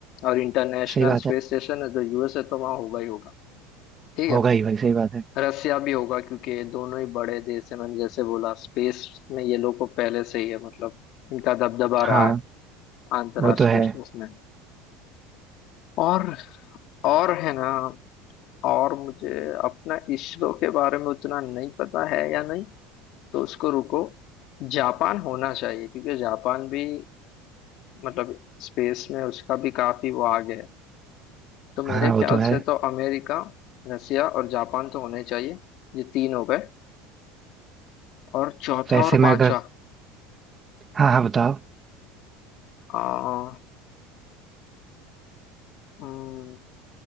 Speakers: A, on the left; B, on the right.
A: और इंटरनेशनल
B: सही बात
A: स्पेस
B: है
A: स्टेशन है तो यूएसए तो वहाँ होगा ही होगा ठीक
B: होगा
A: है
B: ही भाई सही बात है
A: रसिया भी होगा क्योंकि ये दोनों ही बड़े देश है मैंने जैसे बोला स्पेस में ये लोग को पहले से ही है मतलब इनका दबदबा रहा
B: हाँ
A: है अंतर्राष्ट्रीय
B: वो तो है
A: स्पेस में और और है ना और मुझे अपना इसरो के बारे में उतना नहीं पता है या नहीं तो उसको रुको जापान होना चाहिए क्योंकि जापान भी मतलब स्पेस में उसका भी काफी वो आगे है तो मेरे
B: हाँ
A: ख्याल
B: वो तो है
A: से तो अमेरिका रसिया और जापान तो होने चाहिए ये तीन हो गए और चौथा
B: वैसे
A: और
B: मैं
A: पांचवा
B: अगर हाँ हाँ बताओ
A: आ, हम्म,